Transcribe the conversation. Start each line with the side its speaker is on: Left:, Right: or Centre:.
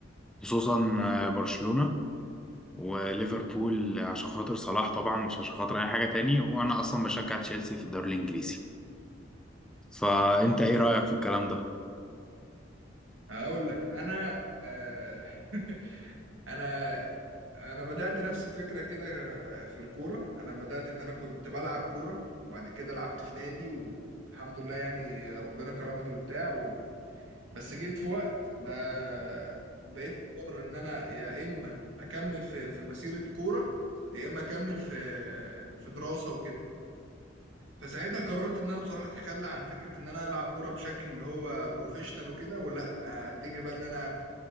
Centre: خصوصا آه، برشلونة وليفربول عشان خاطر صلاح طبعا مش عشان خاطر اي حاجه تاني وانا اصلا بشجع تشيلسي في الدوري الانجليزي فانت ايه رايك في الكلام ده
Right: هقول لك انا آه <laughs> انا انا بدات نفس الفكره كده في الكوره انا بدات ان انا كنت بلعب كوره وبعد كده لعبت في نادي والحمد لله يعني ربنا كرمني وبتاع و... بس جيت في وقت بقى بقيت مضطر ان انا يا اما اكمل في في مسيره كوره يا اما اكمل في في دراسه وكده فساعتها قررت ان انا بصراحه اتخلى عن فكره ان انا العب كوره بشكل اللي هو بروفيشنال وكده ولا اتجه بقى ان انا